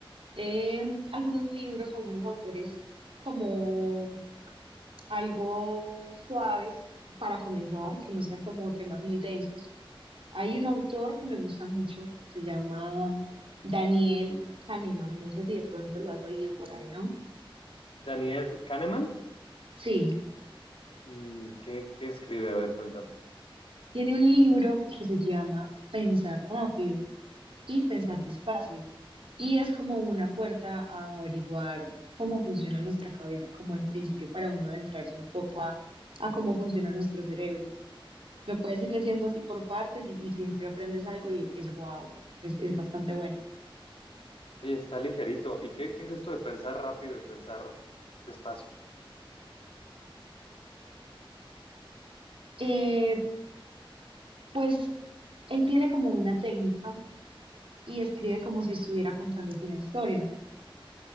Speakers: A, on the right; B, on the left.
A: em, algunos libros o algunos autores como algo suaves para comenzar, que no sean como temas muy densos. Hay un autor que me gusta mucho, que se llama Daniel Kahneman. No sé si de pronto lo has oído por ahí, ¿no?
B: Daniel Kahneman,
A: Sí,
B: mm, ¿qué, qué escribe? A ver, cuéntame.
A: tiene un libro que se llama Pensar rápido. y pensar
B: Ok.
A: despacio. Y es como una puerta a averiguar cómo funciona nuestra cabeza, como en principio para uno adentrarse un poco a, a cómo funciona nuestro cerebro. Lo puedes ir leyendo así por partes y, y siempre aprendes algo y es wow, es, es bastante bueno.
B: Oye, está ligerito. ¿Y qué, qué es esto de pensar rápido y pensar despacio?
A: Eh, pues él tiene como una técnica y escribe como si estuviera contándote una historia.